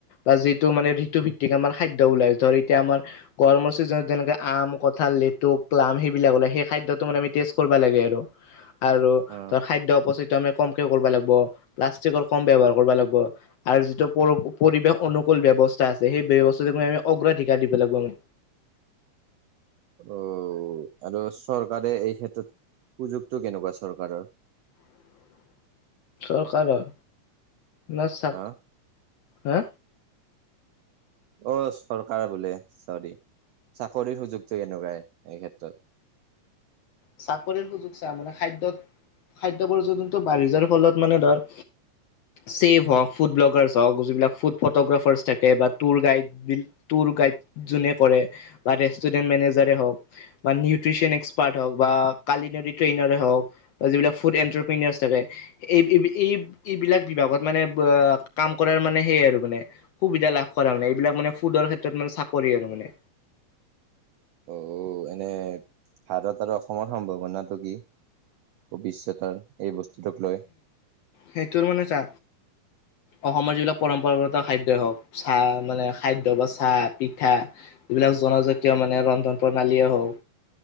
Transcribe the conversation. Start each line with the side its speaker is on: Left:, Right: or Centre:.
Left: বা যিটো মানে ঋতু ভিত্ত আমাৰ খাদ্য ওলাই ধৰ এতিয়া আমাৰ। গৰমৰ চিজনত যেনেকে আম কঁঠাল লটু প্লাম সেইবিলাক ওললে সেই খাদ্যটো মানে আমি টেষ্ট কৰিব লাগে আৰু। আৰু
Right: অ'।
Left: ত খাদ্য উপস্থিত। সেইটো আমি কমকে কৰিব লাগিব প্লাষ্টিকৰ কম ব্যৱহাৰ কৰিব লাগিব আৰু যিটো প পৰিৱেশ অনু। কুল ব্যৱস্থা আছে সেই ব্যৱস্থাটো আম অগ্ৰাধিকাৰ দিব লাগিব মানে।
Right: অ আৰু চৰকাৰে এই ক্ষেত্ৰত। উপুযুক্ত কেনেকুৱা চৰকাৰৰ?
Left: <unintelligible> চৰকাৰৰ ন চা
Right: হা?
Left: হা।
Right: অ চৰকাৰে বোলে চৰি। চাকৰিৰ সুযোগটো এনেকুৱাই এই ক্ষেত্ৰত।
Left: চাকৰিৰ সুযোগ চা মানে খাদ্যত খাদ। এ পৰ্যন্ত বাঢ়ি যাৰ ফলত মানে ধৰ। ছেভ হওক ফুড ব্লগাৰছ হওক যিবিলাক ফুড ফটোগ্ৰাফাৰছ থাকে বা টুৰ গাইড টুৰ। গাইড যুনে কৰে বা ৰেটোৰেন্ত মেনেজাৰে হওঁক বা নিউত্ৰিচন এক্সপাৰ্ট। হওঁক বা কালি নদী ট্ৰেইন হওক বা যিবিলাক ফুড এটপ্ৰেনিয়াছ থাকে এই এই। এইবিলাক বিভাগত মানে কাম কৰাৰ মানে সেয় আৰু মানে সুবিধা লাভ কৰা মানে এইবিলাক মানে ফুড। ক্ষেত্ৰত মানে চাকৰি আৰু মানে।
Right: অ এনে ভাৰত আৰু অসমৰ সম্ভাৱনাটো কি? ভৱিষ্যতৰ? এই বস্তুটোক লৈ?
Left: সেইটোৰ মানে চা। অসমৰ যিবিলাক পৰম্পৰাগত খাদ্যই হওঁক চাহ মানে খাদ্য বা চাহ পিঠা। এইবিলাক জনজাতীয় মানে ৰন্ধন প্ৰণালীয়ে হওক।